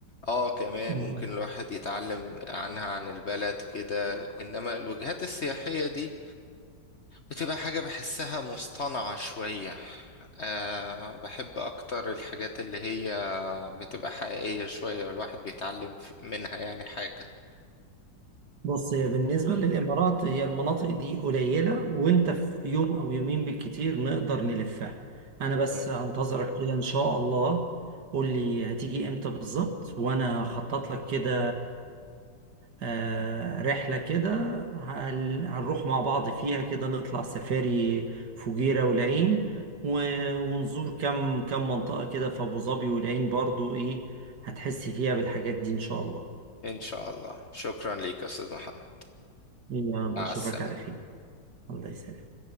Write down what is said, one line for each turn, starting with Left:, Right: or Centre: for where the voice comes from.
Left: اه كمان
Right: آه.
Left: ممكن الواحد يتعلم عنها عن البلد كده انما الوجهات السياحية دي بتبقى حاجة بحسها مصطنعة شوية أه بحب أكتر الحاجات اللي هي بتبقى حقيقية شوية والواحد بيتعلم ف- منها يعني حاجة
Right: بص هي بالنسبة للإمارات هي المناطق دي قليلة وأنت في يوم أو يومين بالكتير نقدر نلفها أنا بس
Left: تمام.
Right: هنتظرك كده إن شاء الله قول لي هتيجي إمتى بالظبط وأنا هخطط لك كده آه، رحلة كده هن- هنروح مع بعض فيها كده نطلع سفاري فجيرة والعين و- ونزور كم كم منطقة كده في أبو ظبي والعين برضو إيه هتحس فيها بالحاجات دي إن شاء الله
Left: إن شاء الله شكرا ليك يا أستاذ محمد
Right: يلا
Left: مع
Right: أشوفك
Left: السلامة
Right: على خير الله يسلمك